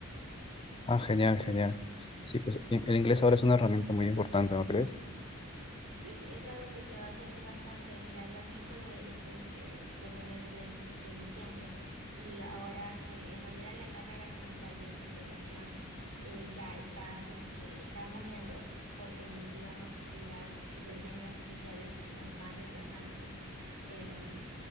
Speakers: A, on the left; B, on the right.
A: Ah, genial, genial. Sí, pues i- el inglés ahora es una herramienta muy importante, ¿no crees?
B: Sí, es algo que te va a servir bastante. Mira, yo a mi hijo le, le estoy eh, poniendo el inglés desde siempre y ahora que en realidad la carrera como tal de interpretación eh, ya está como que está muriendo porque en- digamos en las inteligencias artificiales nos van reemplazando, pues. Em,